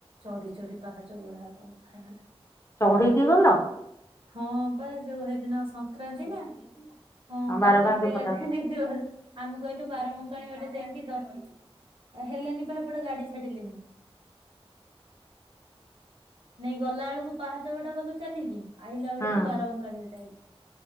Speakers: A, on the right; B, on the left.
A: ଚଢି ଚଢି ପାହାଚ ଗୋଡ ହାତ ବଥା ହେଇଗଲା।
B: ଚଢିକି ଗଲ?
A: ହଁ ପା ଯଉ ହେ ଦିନ ସଂକ୍ରାନ୍ତି ନା। ହଁ
B: ବାର
A: ତାକୁ କାଖେଇ
B: ବାଙ୍କି ପଟ
A: କାଖେଇ ନେଇକି ଗ ଆମେ କହିଲୁ ବାରବଙ୍କାଣୀ ବାଟେ ଦେଇଁକି ଦର୍ଶ ହେଲେନି ପା ହେପଟେ ଗାଡି ଛାଡିଲେନି ନାଇଁ ଗଲା ବେଳକୁ ପାହାଚ ଗଟେ ଗଲୁ ଚାଲିକି ଆ ଆଇଲା ବେଳକୁ
B: ହୁଁ
A: ବାରବଙ୍କାଣି ବାଟେ ଆଇଲୁ।